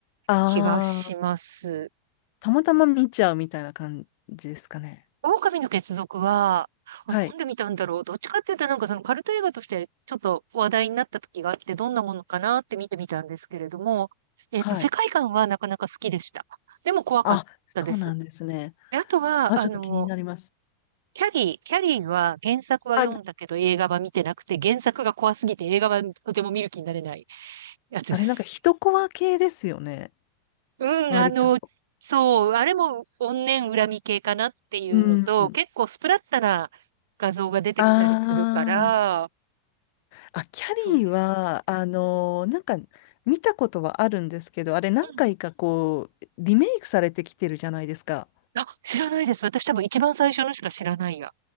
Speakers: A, on the left; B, on the right.
A: ああ。
B: 気がします。
A: たまたま見ちゃうみたいな感じですかね。
B: 狼の血族は、あ、
A: はい。
B: なんで見たんだろう。どっちかって言ったらなんかそのカルト映画としてちょっと話題になった時があって、どんなものかなって見てみたんですけれども、えっと、
A: はい。
B: 世界観はなかなか好きでした。でも怖かったです。
A: あ、そうなんですね。
B: であとは、
A: あ、
B: あの、
A: ちょっと気になります。
B: キャリー、キャリーは原作は読んだけど映画は見てなくて、
A: あ、
B: 原作が怖すぎて映画はとても見る気になれないやつです。
A: あれなんか一コマ系ですよね。
B: うん、
A: 割と。
B: あの、そう、あれも怨念恨み系かなっていうのと、
A: うん。
B: 結構スプラッタな画像が出てきたりするから、
A: あーあ、キャリーは、
B: そうですね。
A: あのーなんか
B: うん。
A: 見たことはあるんですけど、あれ何回かこう、
B: うん。
A: リメイクされてきてるじゃないですか。
B: あ、知らないです。私多分一番最初のしか知らないや。